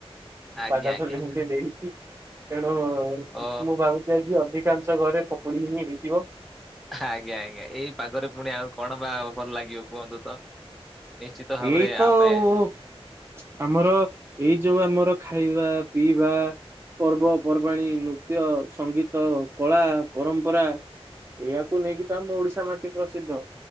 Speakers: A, in the centre; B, on the right.
A: ଆଜ୍ଞା
B: ପାଗ
A: ଆଜ୍ଞା
B: ତ ଯେମ୍ତି ଦେଇଚି। ତେଣୁ ମୁଁ
A: ଓ
B: ଭାବୁଚି ଆଜି ଅଧିକାଂଶ ଘରେ ପକୁଡି ହିଁ ହେଇଥିବ।
A: ଆଜ୍ଞା ଆଜ୍ଞା ଏଇ ପାଗରେ ପୁଣି ଆଉ କଣ ବା ଭଲ ଲାଗିବ କୁହନ୍ତୁ ତ। ନିଶ୍ଚିତ ଭାବରେ
B: ଏଇ ତ
A: ଆମେ
B: <unintelligible> ଆମର ଏଇ ଯୋଉ ଆମର ଖାଇବା ପିଇବା। ପର୍ବପର୍ବାଣୀ ନୃତ୍ୟ ସଙ୍ଗୀତ କଳା ପରମ୍ପରା। ଏହାକୁ ନେଇକି ତ ଆମ ଓଡିଶା ମାଟି ପ୍ରସିଦ୍ଧ